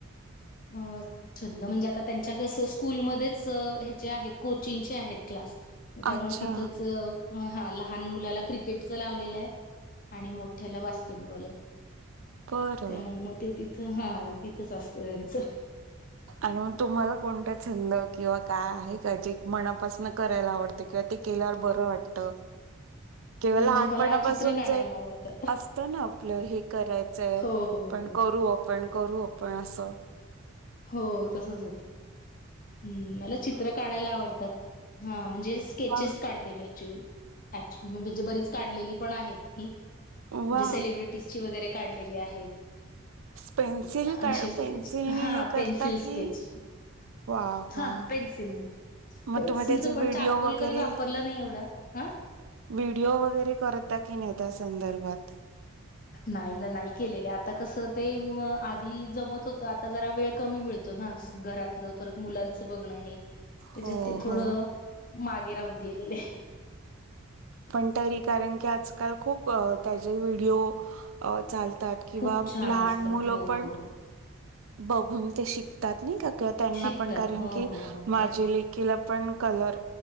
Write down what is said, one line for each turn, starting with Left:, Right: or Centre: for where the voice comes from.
Left: अ छंद म्हणजे आता त्यांच्या कस स्कूलमध्येच ह्याचे आहेत कोचिंगचे आहेत क्लास त्यामुळे
Right: अच्छा
Left: तिथंच म हा ला लहान मुलाला क्रिकेटच लावलेलं हाय आणि मोठ्याला बास्केटबॉल हाय.
Right: बरं
Left: त्यामुळे मग ते तिथं हा तिथच असत त्यांच.
Right: आणि मग तुम्हाला कोणता छंद किंवा काय आहे का जे मनापासून करायला आवडत किं ते केल्यावर बर वाटत?
Left: <unintelligible>
Right: केवळ
Left: म्हणजे
Right: लहानपणापासूनच
Left: मला चित्र काढायला
Right: एक
Left: आवडतात.
Right: असत ना आपलं हे करायचंय
Left: हो हो
Right: पण
Left: हो
Right: करू आपण करू आपण असं
Left: हो तसच होतं हम्म मला चित्र काढायला आवडतात. हा म्हणजे स्केचेस
Right: वा
Left: काढते मी ऍक्च्युली ऍक्च् म्हणजे बरीच काढलेली पण आहेत मी म्हणजे
Right: वा
Left: सेलिब्रिटीजची वगैरे काढलेली आहेत.
Right: पेन्सिल
Left: अशी
Right: का
Left: स्केच
Right: पेन्सिलनी
Left: हा
Right: हे करता
Left: पेन्सिल स्केच
Right: की वा वा
Left: हा हा पेनसिल ने.
Right: मग
Left: पेन्सिलचं
Right: तुम्ही त्याचे
Left: पण
Right: व्हिडिओ
Left: चारकोल
Right: वगैरे
Left: कधी वापरलं नाही एवढं अं.
Right: व्हिडिओ वगैरे करता की नाई त्या संदर्भात
Left: नाई ना नाई केलेले आता कस ते आधी जमत होत आता जरा वेळ कमी मिळतो ना घरात परत मुलांच बघण त्याच्यात
Right: हो
Left: ते थोडं
Right: हो
Left: मागे राहून गेलेले.
Right: पण तरी कारण की आजकाल खूप त्याचे व्हिडिओ चाल तात किंवा
Left: खूप छान
Right: लहान
Left: असतात
Right: मुलं
Left: हो
Right: पण
Left: हो हो
Right: बघून ते शिकतात नाई का का त्यांना
Left: शिकतात
Right: पण कारण
Left: हो
Right: की
Left: हो हो
Right: माझी
Left: तर काय
Right: लेकीला पण कलर